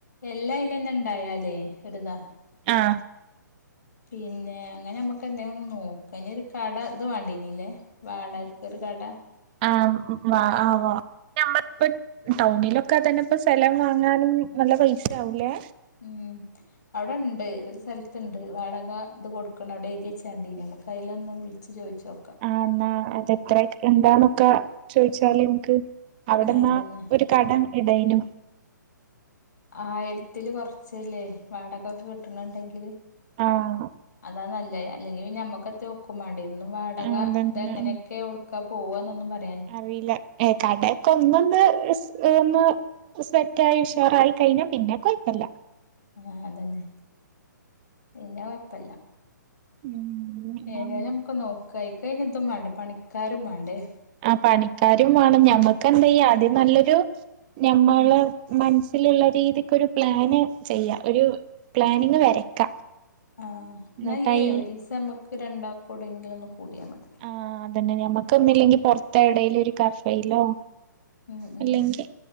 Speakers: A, on the left; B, on the right.
A: എല്ല അയ്ലെന്നെ ഇണ്ടായാലേ ഒര്ത.
B: ആഹ്.
A: പിന്നെ അങ്ങനെ അമ്മക്ക് എന്തെ ഒന്ന് നോക്ക. ഇഞ് ഒരു കട ഇത് വാണ്ടീനിലെ. വാടകക്ക് ഒര് കട.
B: ആ വ ആ വ. ഞമ്മൾ ഇപ്പ ടൗണിലൊക്കെ തന്നെ ഇപ്പ സെലം വാങ്ങാനും നല്ല പൈസ ആകുംലേ.
A: ഉം അവ്ടെ ഇണ്ട് ഒരു സെൽ ത്ത്ണ്ട് വാടക ഇത് കൊട്ക്ക്ണ്. ഔടെ എയ്തിവെച്ചെണ്ടീനി. അമക്ക് അയിലൊന്ന് വുൾച്ച് ചോയിച്ചോ
B: ആ ഇന്നാ അതെത്ര എന്താന്നൊക്കെ ചോയ്ച്ചാല് ഞമക്ക് അവിടെന്ന
A: ആ അതന്നെ
B: ഒര് കടം ഇടേയ്നു.
A: ആയിര്ത്തില് കൊറച്ച്ല്ലേ വാടകൊക്കെ കിട്ട്ണ ഇണ്ടെങ്കില്.
B: ആഹ്
A: അതാ നല്ലേ. അല്ലെങ്കി പിന്നെ അമ്മക്കത്തെ ഒക്കും വാണ്ടെ. എന്നും വടക
B: അതന്നെ
A: ഇത് എങ്ങനെക്കെ ഒക്കെ പോവാന്നൊന്നും പറ
B: അറീല്ല. എ കടേക്കെ ഒന്നൊന്ന് ഒന്ന്. സ്പെറ്റായി ഉഷാറായി കഴിഞ്ഞ പിന്നെ കൊഴപ്പല്ല.
A: ആഹ് അതന്നെ പിന്നെ കൊഴപ്പല്ല.
B: ഉം
A: ഏതായാലും അമക്ക് നോക്ക. അയിക്ക് അയ്‌ന് ഇതും മാണ്ടെ പണിക്കാരും മാണ്ടെ
B: ആ പണിക്കാരും വാണം. ഞമ്മക്കെന്തെയ്യ അദ്യം നല്ലൊരു ഞമ്മളെ
A: ഉം
B: മനസ്സില്ള്ള രീതിക്ക് ഒരു പ്ലാന് ചെയ്യ. ഒരു പ്ലാനിങ് വരക്ക.
A: ആഹ്
B: എന്നിട്ടായി
A: ഇന്ന ഇയ്യെ ഒരീസ അമ്മക്ക് രണ്ടാക്കു യൗടെങ്കിലൊന്ന് കൂട്യാ മതി.
B: ആഹ് അതന്നെ ഞമ്മക്കൊന്നില്ലെങ്കി പൊറ്ത്തെ എവ്ടേലു ഒര് കഫേയിലൊ.
A: ഉം
B: അല്ലെങ്കി
A: ഉം